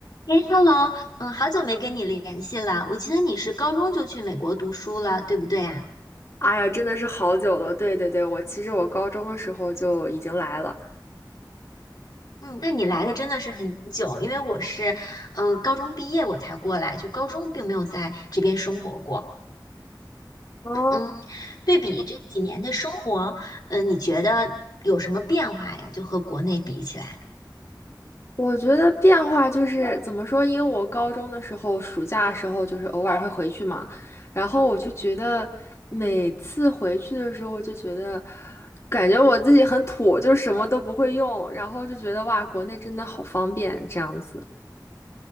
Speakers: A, on the left; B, on the left.
A: 哎，Hello，嗯，好久没跟你联系了。我记得你是高中就去美国读书了，对不对啊？
B: 哎呀，真的是好久了。对对对，我其实我高中的时候就已经来了。
A: 嗯，那你来的真的是很久，因为我是，嗯，高中毕业我才过来，就高中并没有在这边生活过。
B: 哦，
A: 嗯，对比这几年的生活，嗯，你觉得有什么变化呀？就和国内比起来。
B: 我觉得变化就是怎么说？因为我高中的时候，暑假的时候就是偶尔会回去嘛，然后我就觉得每次回去的时候，我就觉得感觉我自己很土，就什么都不会用，然后就觉得哇，国内真的好方便，这样子